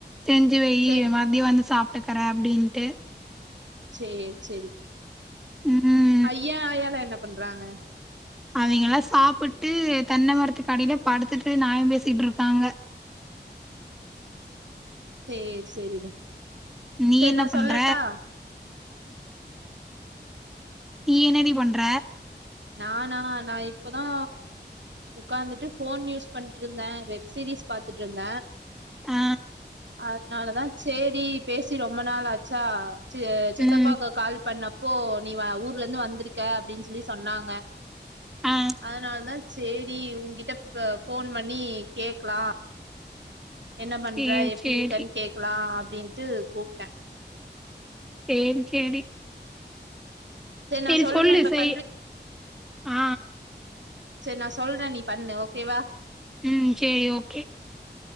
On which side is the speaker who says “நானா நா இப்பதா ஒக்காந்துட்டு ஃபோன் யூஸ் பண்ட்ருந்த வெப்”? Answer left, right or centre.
Right